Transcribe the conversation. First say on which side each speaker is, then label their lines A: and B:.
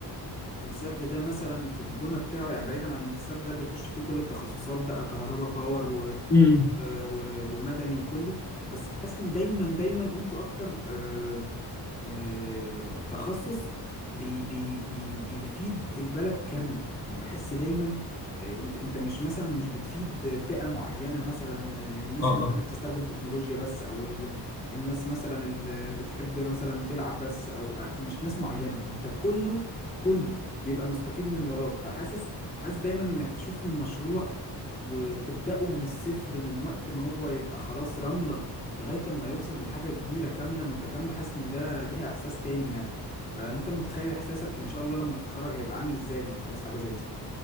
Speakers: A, on the left; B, on the left.
A: السد ده مثلا في البنى بتاعه يعني بعيدا عن السد ده بيخش فيه كل التخصصات بقى كهرباء باور و...
B: م- م.
A: و... و... ومدني وكله بس حاسس ان دايما دايما انتوا اكتر آه، آه، تخصص بي بي بي بيفيد البلد كاملة يعني بحس دايما آه، انت انت مش مثلا مش بتفيد فئة معينة مثلا آه، الناس
B: اه
A: مثلا اللي بتستخدم تكنولوجيا بس او ال... الناس مثلا اللي بتحب مثلا تلعب بس او آه، مش ناس معينة انت كله كله بيبقى مستفيد من وراك فحاسس حاسس دايما انك تشوف المشروع وتبدأه من الصفر من وقت ما هو يبقى خلاص رملة لغاية ما يوصل لحاجة كبيرة كاملة متكاملة حاسس ان ده ليها احساس تاني يعني فانت متخيل احساسك ان شاء الله لما تتخرج هيبقى عامل ازاي لما تخلص حاجه زي دي